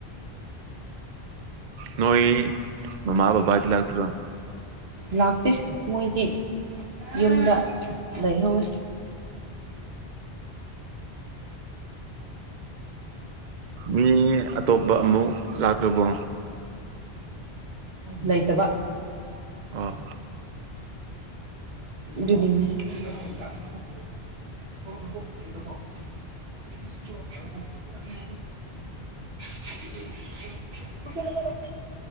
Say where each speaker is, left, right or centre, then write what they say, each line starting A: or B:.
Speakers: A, on the right; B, on the right.
A: ꯅꯣꯣꯏ ꯃꯃꯕꯕꯥ ꯂꯥꯛꯇꯗ
B: ꯂꯥꯛꯇꯦ ꯃꯣꯏꯗꯤ ꯌꯨꯝꯗ ꯂꯩꯍꯧꯋꯤ
A: ꯃꯤ ꯑꯇꯣꯞꯄ ꯑꯃꯨꯛ ꯂꯥꯛꯈ꯭ꯔꯕꯣ
B: ꯂꯩꯩꯇꯕ
A: ꯑꯣ
B: ꯒꯂꯤꯅꯦ <unintelligible> <unintelligible>